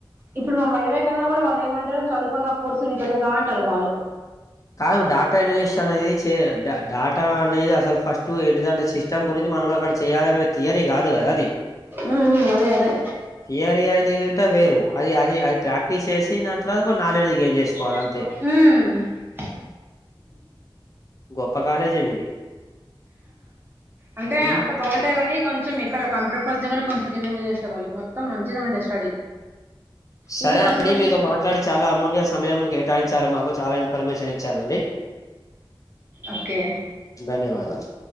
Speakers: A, on the right (about 25°); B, on the left (about 40°).
A: ఇప్పుడు మా వైవై వెళ్ళిన కూడా వాళ్ళు ఏమంటారు చదువుకున్న కోర్సు మీ తెలేదా అంటారు వాళ్ళు
B: కాదు డేటా ఎనలిస్ట్ అనేది డేటా అనేది అసలు ఫస్ట్ ఏంటిదంటే సిస్టమ్ గురించి మనం అక్కడ చెయాలనే థియరీ కాదు కదా అది
A: ఉ అదే అదే
B: థియరీ అది గటా వేరు అది అది అది ప్రాక్టీస్ చేసి దాని తర్వాత ఒక నాలెడ్జ్ గెయిన్ చేసుకోవాలి
A: చేసుకోవాలి
B: అంతే హ్మ్ గొప్ప కాలేజే మీది
A: అంటే
B: ఉమ్
A: అంత బాగుంటాది కని కానీ కొంచెం ఇక్కడ కంప్యూటర్ కోర్స్గ్గ కొెం కింద మీద వస్తారుళ్ళు మొత్తం మంచిగా ఉంటది స్టడీ
B: సరే
A: ఇది కొంచెం
B: అండి మీతో మాట్లాడి చాలా అమూల్య సమయం కేటాయించారు మాకు చాలా ఇన్ఫర్మేషన్ ఇచ్చారండి
A: ఓకే
B: ధన్యవాదాలు